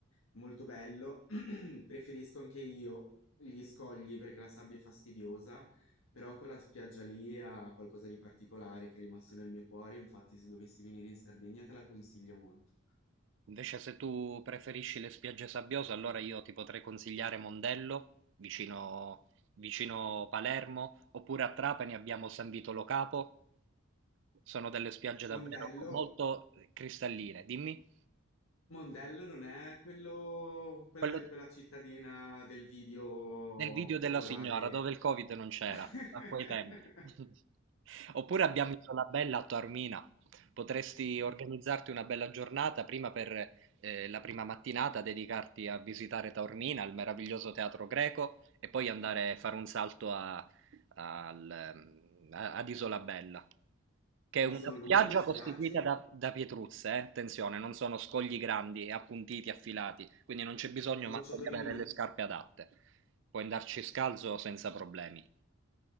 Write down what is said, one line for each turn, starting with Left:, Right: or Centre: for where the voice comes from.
Left: Molto bello, <clears throat> preferisco anche io gli scogli perché la sabbia è fastidiosa, però quella spiaggia lì ha qualcosa di particolare che è rimasto nel mio cuore, infatti se dovessi venire in Sardegna te la consiglio molto.
Right: Invece se tu preferisci le spiagge sabbiose, allora io ti potrei consigliare Mondello, vicino, vicino Palermo, oppure a Trapani abbiamo San Vitolo Capo, sono delle spiagge davvero
Left: Mondello,
Right: molto cristalline. Dimmi,
Left: Mondello non è quello, quella,
Right: quello,
Left: quella cittadina del video
Right: Nel video
Left: popolare,
Right: della signora, dove il Covid non c'era,
Left: <laughs>
Right: a quei tempi. <laughs> Oppure abbiamo Isolabella a Taormina. Potresti organizzarti una bella giornata prima per eh, la prima mattinata, dedicarti a visitare Taormina, il meraviglioso teatro greco, e poi andare a fare un salto a- al, ehm, a- ad Isolabella, che è una
Left: ma sono
Right: spiaggia
Left: lunghe le spiagge?
Right: costituita da, da pietruzze, eh, Attenzione, non sono scogli grandi, appuntiti, affilati, quindi non c'è bisogno
Left: Sono
Right: manco
Left: ciotolini,
Right: di avere le scarpe adatte. Puoi andarci scalzo senza problemi.